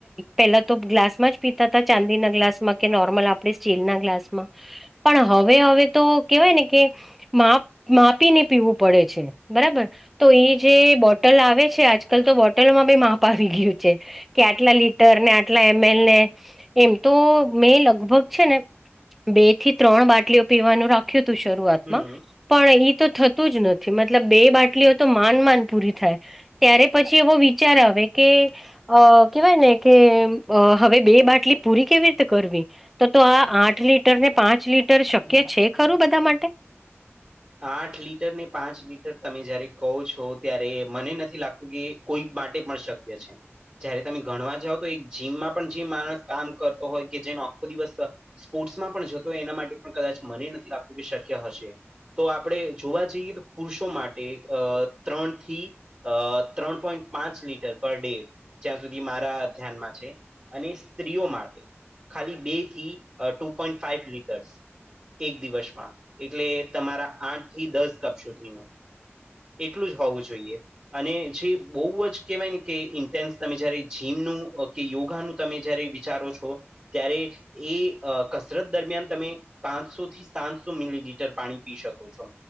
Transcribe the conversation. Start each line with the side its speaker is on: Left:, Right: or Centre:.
Centre: પેલા તો ગ્લાસમાં જ પીતા હતા ચાંદીના ગ્લાસમાં કે નોર્મલ આપણે સ્ટીલના ગ્લાસમાં પણ હવે હવે તો કેહેવાય ને કે માપ માપીને પીવું પડે છે બરાબર તો એ જે બોટલ આવે છે આજકાલ તો બોટલમાં બે માપ આવી ગયું છે કે આટલા લીટર ને આટલા એમ એલ ને એમ તો મેં લગભગ છે ને બે થી ત્રણ બાટલીઓ પીવાનું રાખ્યું તું શરૂઆતમાં.
Right: હમ.
Centre: પણ એઈ તો થતું જ નથી મતલબ બે બાટલીઓ તો માડ માડ પૂરી થાય. ત્યારે પછી એવો વિચાર આવે કે અ કેવાય ને કે અ હવે બે બાટલી પૂરી કેવી રીતે કરવી. તો તો આ આઠ લીટર ને પાંચ લીટર શક્ય છે ખરું બધા માટે.
Right: આઠ લીટર ને પાંચ લીટર તમે જયારે કવ છો ત્યારે મને નથી લાગતું કે કોઈ માટે માં શકય છે. જયારે તમે ગણવા જાઓ તો એક જીમમાં પણ જે માણસ કામ કરતો હોય કે જેનો આખો દિવસ સ્પોર્ટ્સમાં પણ જતો હશે એના માટે પણ કદાચ મને નથી લાગતું કે શક્ય હશે. તો આપણે જોવા જઈએ તો પુરુષો માટે અ ત્રણ થી અ ત્રણ પોઈન્ટ પાંચ લીટર પર ડે જ્યાં સુધી મારા ધ્યાનમાં છે. અને સ્ત્રીઓ માટે ખાલી બે થી અ ટુ પોઈન્ટ ફાઈવ લીટર્સ. એક દિવસમાં એટલે તમારા આઠ થી દસ કપ સુધીનો. એટલું જ હોવું જોઈએ. અને જે બોવ જ કેહવાય ને કે ઇન્ટેન્સ તમે જયારે જીમનું કે યોગાનું તમે જયારે વિચારો છો ત્યારે એ અ કસરત દરમિયાન તમે પાંચસો થી સાતસો મિલીલીટર પાણી પી શકો છો